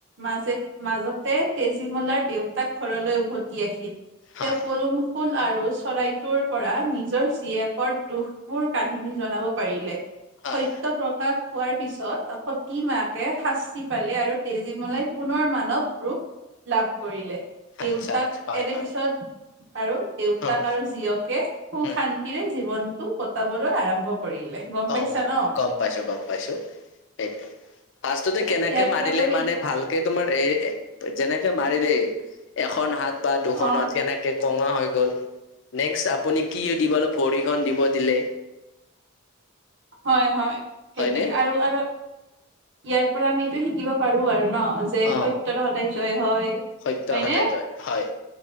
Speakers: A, on the right; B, on the left.
A: মাজে, মাজতে তেজীমলাৰ দেউতাক ঘৰলৈ উভতি আহিল।
B: হয়
A: তেওঁ পলুম ফুল আৰু চৰাইটোৰ পৰা নিজৰ জীয়েকৰ দুখবোৰ কাহিনী জনাব পাৰিলে।
B: হয়
A: সত্য প্ৰকাশ পোৱাৰ পিছত সতী মাকে শাস্তি পালে, আৰু তেজীমলাই সোণৰ মানৱ ৰূপ লাভ কৰিলে, দি
B: আচ্ছা আচ্ছা
A: এনে
B: হয় হয়
A: পিছত, আৰু দেউতাক
B: উম
A: আৰু জীয়েকে সু,
B: উম
A: খান্তি শান্তিৰে জীৱনটো কটাবলৈ আৰম্ভ কৰিলে। গম
B: অ',
A: পাইছা ন?
B: গম পাইছোঁ, গম পাইছোঁ, সেইটো। ফাষ্টতে
A: ত'
B: কেনেকে
A: ইয়াৰ
B: মাৰিলে
A: পৰাতো আমি
B: মানে ভাল তোমাৰ এ, যেনেকে মাৰি দেই, এখন হাত বা দুখন
A: অ'
B: হাত কেনেকে কঙা হৈ গ'ল, নেক্সট আপুনি কি, দিব ভৰিখন দি'ব দিলে।
A: হয়, হয়, সেই
B: হয়নে
A: তেনেকে, আৰু, আৰু ইয়াৰ পৰা আমি এইটো শিকিব পাৰোঁ আৰু ন। যে
B: অ
A: সত্যৰ সদায় জয় হয়,
B: সত্যৰ
A: হয়নে?
B: সদায় জয় হয়